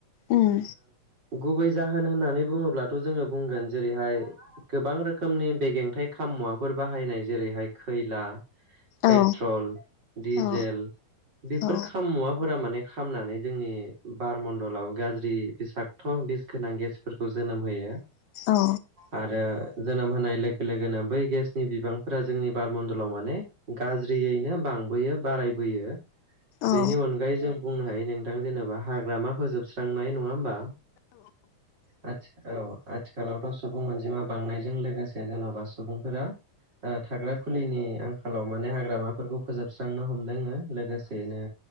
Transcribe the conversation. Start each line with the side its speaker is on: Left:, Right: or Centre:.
Left: उम
Right: गुबै जाहोन होननानै बुङोब्लाथ' जोङो बुंगोन जेरैहाय गोबां रोखोमनि बेगेंथाइ खाम मुवाफोर बाहायनाय जेरैहाय खैला पेट्रल
Left: औ
Right: दिडिजेल
Left: औ
Right: बेफोर
Left: औ
Right: खाम मुवाफोरा माने खालामनानै जोंनि बारमणडलाव गाज्रि बिसाखत' बि गोनां गेसफोरखौ जोनोम होयो
Left: औ
Right: आरो जोनोम होनाय लोगो लोगोनो बै गेसनि बिबांफोरा जोंनि बारमडलाव माने गाज्रियैनो बांबोयो बाराय बोयो बेनि
Left: औ
Right: अनगायै जों बुंनो हायो नों थां जेनेबा हाग्रामा फोजोबस्रांनाय नङा होमबा औ आथिखालावथ' सुबुं अनजिमा बांनायजों लोगोसे जेन'बा सुबुंफोरा आ थाग्रा खुलिनि आंखालाव माने हाग्रामाफोरखौ फोजोबस्रांनो हमदों लोगोसेनो